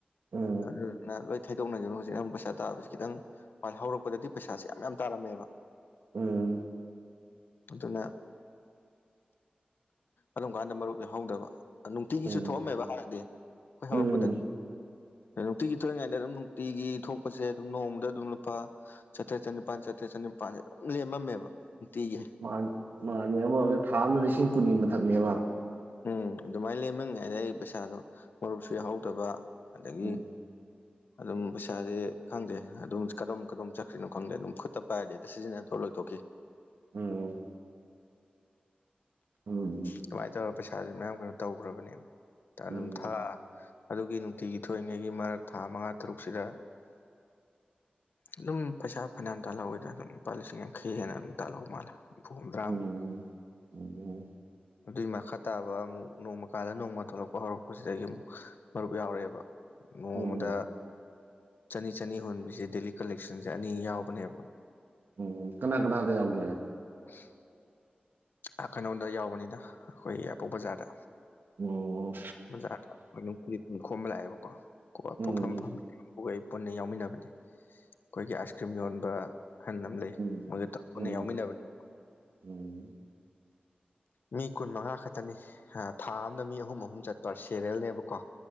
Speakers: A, on the right; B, on the left.
A: ꯎꯝ
B: ꯑꯗꯨꯗꯨꯅ ꯂꯣꯏ ꯊꯩꯗꯣꯛꯅꯈꯤꯕꯅ ꯍꯧꯖꯤꯛ ꯑꯃꯨꯛ ꯄꯩꯁꯥ ꯇꯥꯕꯁꯤ ꯈꯤꯇꯪ ꯍꯣꯏ ꯍꯧꯔꯛꯄꯗꯗꯤ ꯄꯩꯁꯥꯁꯦ ꯌꯥꯝ ꯃꯌꯥꯝ ꯇꯥꯔꯝꯃꯦꯕ
A: ꯎꯝ
B: ꯑꯗꯨꯅ ꯑꯗꯨꯝ ꯀꯥꯟꯗ ꯃꯔꯨꯞ ꯌꯥꯎꯍꯧꯗꯕ ꯅꯨꯡꯇꯤꯒꯤꯁꯨ
A: ꯎꯝ
B: ꯊꯣꯛꯑꯝꯃꯦꯕ ꯍꯥꯟꯅꯗꯤ ꯍꯣꯏ ꯍꯧꯔꯛꯄꯗ
A: ꯎꯝ
B: ꯅꯨꯡꯇꯤꯒꯤ ꯊꯣꯛꯏꯉꯩꯗ ꯑꯗꯨꯝ ꯅꯨꯡꯇꯤꯒꯤ ꯊꯣꯛꯄꯁꯦ ꯑꯗꯨꯝ ꯅꯣꯡꯃꯗ ꯑꯗꯨꯝ ꯂꯨꯄꯥ ꯆꯥꯇ꯭ꯔꯠ ꯆꯅꯤ ꯂꯨꯄꯥꯥ ꯆꯇꯔꯦꯠ ꯆꯅꯤꯄꯥꯥꯟꯁꯦ ꯑꯗꯨꯝ ꯂꯦꯝꯃꯃꯦꯕ ꯅꯨꯡꯇꯤꯒꯤ
A: ꯃꯥꯅ ꯃꯥꯅꯦ ꯑꯝꯔꯣꯝꯗ ꯊꯥ ꯑꯃꯗ ꯂꯤꯁꯤꯡ ꯀꯨꯟꯅꯤ ꯃꯊꯛꯅꯦꯕ
B: ꯎꯝ ꯑꯗꯨꯃꯥꯏꯅ ꯂꯩꯦꯝꯉꯥꯏꯗ ꯑꯩ ꯄꯩꯁꯥꯗꯣ ꯃꯔꯨꯞꯁꯨ ꯌꯥꯎꯍꯧꯗꯕ ꯑꯗꯒꯤ
A: ꯎꯝ
B: ꯑꯗꯨꯝ ꯄꯩꯁꯥꯁꯦ ꯈꯪꯗꯦ ꯑꯗꯨꯝ ꯀꯔꯝ ꯀꯔꯣꯝ ꯆꯠꯈ꯭ꯔꯤꯅꯣ ꯈꯪꯗꯦ ꯑꯗꯨꯝ ꯈꯨꯠꯇ ꯄꯥꯏꯔꯗꯤ ꯍꯦꯛꯇ ꯁꯤꯖꯤꯟꯅ ꯊꯣꯛꯂꯛꯇ ꯇꯣꯈꯤ
A: ꯎꯝ ꯎꯝ
B: ꯑꯗꯨꯃꯥꯏꯅ ꯇꯧꯔꯒ ꯄꯩꯁꯥꯁꯦ ꯃꯌꯥꯝ ꯀꯩꯅꯣ ꯇꯧꯈ꯭ꯔꯕꯅꯦꯕ ꯑꯗꯨꯝ
A: ꯎꯝ
B: ꯊꯥ ꯑꯗꯨꯒꯤ ꯅꯨꯡꯇꯤꯒꯤ ꯊꯣꯛꯏꯉꯩꯒꯤ ꯃꯔꯛ ꯊꯥ ꯃꯉꯥ ꯇꯔꯨꯛꯁꯤꯗ ꯑꯗꯨꯝ ꯄꯩꯁꯥ ꯐꯅꯌꯥꯝ ꯇꯥꯜꯍꯧꯏꯗ ꯑꯗꯨꯝ ꯂꯨꯄꯥ ꯂꯤꯁꯤꯡ ꯌꯥꯡꯈꯩ ꯍꯦꯟꯅ ꯑꯗꯨꯝ ꯇꯥꯜꯍꯧ ꯃꯥꯜꯂꯦ ꯍꯨꯝꯐ ꯍꯨꯝꯗ꯭ꯔꯥꯃꯨꯛ
A: ꯎꯝ <inaudible>
B: ꯑꯗꯨꯏ ꯃꯈꯥ ꯇꯥꯕ ꯑꯃꯨꯛ ꯅꯣꯡꯃ ꯀꯥꯜꯂ ꯅꯣꯡꯃ ꯊꯣꯛꯂꯛꯄ ꯍꯧꯔꯛꯄꯁꯤꯗꯒꯤ ꯑꯃꯨꯛ ꯃꯔꯨꯞ ꯌꯥꯎꯔꯛꯑꯦꯕ ꯅꯣꯡꯃꯗ
A: ꯎꯝ
B: ꯆꯅꯤ ꯆꯅꯤ ꯍꯨꯟꯕꯤꯁꯦ ꯗꯦꯂꯤ ꯀꯂꯦꯛꯁꯟꯁꯦ ꯑꯅꯤ ꯌꯥꯎꯕꯅꯦꯕ
A: ꯎꯝ ꯀꯅꯥ ꯀꯅꯥꯗ ꯌꯥꯎꯒꯦ
B: <unintelligible> ꯑ ꯀꯩꯅꯣꯗ ꯌꯥꯎꯕꯅꯤꯅ ꯑꯩꯈꯣꯏ ꯌꯥꯏꯔꯤꯄꯣꯛ ꯕꯖꯥꯔꯗ
A: ꯑꯣ ꯑꯣ
B: ꯕꯖꯥꯔ <unintelligible> ꯈꯣꯝꯕ ꯂꯥꯛꯑꯦꯕꯀꯣ ꯀꯣ
A: ꯎꯝ
B: ꯄꯣꯠꯐꯝ ꯐꯝꯕꯤ ꯍꯣꯏ ꯄꯨꯟꯅ ꯌꯥꯎꯃꯤꯟꯅꯕꯅꯦ ꯑꯩꯈꯣꯏꯒꯤ ꯑꯥꯏꯁ ꯀ꯭ꯔꯤꯝ ꯌꯣꯟꯕ ꯑꯍꯟ ꯑꯝ ꯂꯩꯌꯦ
A: ꯎꯝ
B: ꯃꯣꯏꯗ ꯇꯞ
A: ꯎꯝ
B: ꯄꯨꯟꯅ ꯌꯥꯎꯃꯤꯟꯅꯕꯅꯦ
A: <inaudible>
B: ꯃꯤ ꯀꯨꯟ ꯃꯉꯥ ꯈꯛꯇꯅꯦ ꯍꯥ ꯊꯥ ꯑꯝꯗ ꯃꯤ ꯑꯍꯨꯝ ꯑꯍꯨꯝ ꯆꯠꯄ ꯁꯦꯔꯦꯜꯅꯦꯕꯀꯣ